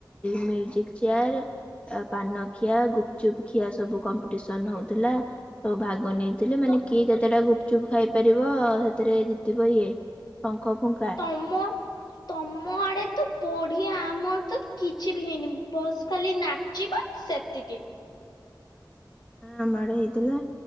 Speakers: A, on the left; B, on the left.
A: ମ୍ୟୁଜିକ ଚେୟାର ପାନ ଖିଆ ଗୁପଚୁପ ଖିଆ ସବୁ କମ୍ପିଟେସନ ହଉଥିଲା ସବୁ ଭାଗ ନେ ଥିଲେ ମାନେ
B: ତ
A: କି କେତେଟା ଗୁପଚୁପ ଖାଇପାରିବ ସେଥିରେ ଜିତିବ ଇଏ ଶଙ୍ଖ ଫୁଙ୍କା
B: ତମ ତମ ଆଡେ ତ ବଢିଆ ଆମର ତ କିଛି ବି ହେଇନି ବସ୍ ଖାଲି ନାଚିବ ସେତିକି।
A: ଆମ ଆଡେ ହେଇଥିଲା